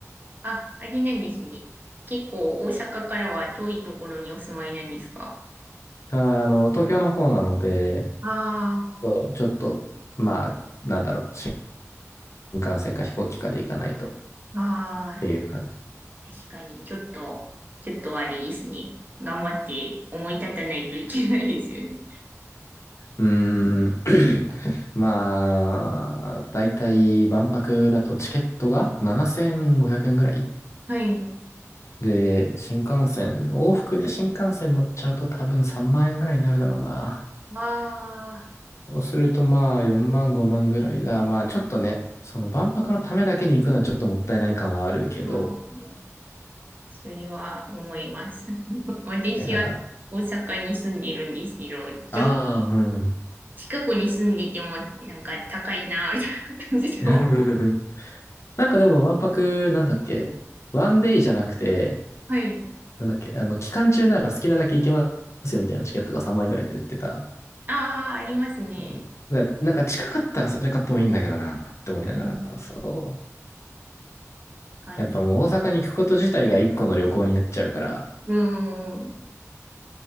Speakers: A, on the right; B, on the left.
A: あ、あれなんですね。結構大阪からは遠いところにお住まいなんですか
B: あ、あの、東京の方なので、
A: あ
B: そうちょっと、まあ、なんだろう、新幹線か飛行機かで行かないとっ
A: あ、ああ、
B: ていう感じ。
A: 確かに、ちょっと、ちょっとあれですね。頑張って思い立たないといけないですよね。
B: うーん、<clears throat> まあ、だいたい万博だとチケットが7500円ぐらい。
A: はい。
B: で、新幹線、往復で新幹線乗っちゃうと多分3万円ぐらいになるだろうな。
A: ああ、
B: そうするとまあ4万5万ぐらいだ。まあちょっとね、その万博のためだけに行くのはちょっともったいない感はあるけど、
A: まあ、それは思います。<laughs> 私は大阪に住んでいるんですけど、
B: えなんか、
A: ちょっ
B: ああ、うん。
A: 近くに住んでいても、なんか高いな、みたいな感じの。
B: <laughs> なんかでも、わんぱく、なんだっけ、ワンデイじゃなくて、
A: はい。
B: なんだっけ、あの、期間中なら好きなだけ行けますよみたいなチケットが3万円ぐらいで売ってた。
A: ああ、ありますね。
B: そうだなんか近かったらそれ買ってもいいんだけどな、って思いながら。
A: うん、
B: そう。
A: 確かに。
B: やっぱもう大阪に行くこと自体が一個の旅行になっちゃうから、
A: うーん。